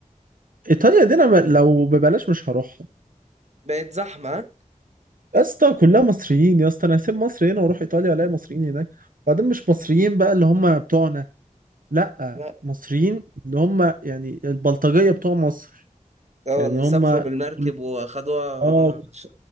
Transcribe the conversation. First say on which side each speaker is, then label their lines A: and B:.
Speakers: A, on the right; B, on the right.
A: ايطاليا دي انا م- لو ببلاش مش هروحها
B: بقت زحمه ها؟
A: يا اسطى كلها مصريين يا اسطى انا هسيب مصر هنا واروح ايطاليا الاقي مصريين هناك وبعدين مش مصريين بقى اللي هم بتوعنا لا
B: لا
A: مصريين اللي هم يعني البلطجيه بتوع مصر
B: اه
A: يعني
B: اللي
A: هم
B: سافروا بالمركب
A: كل-
B: واخدوها
A: اه
B: ش-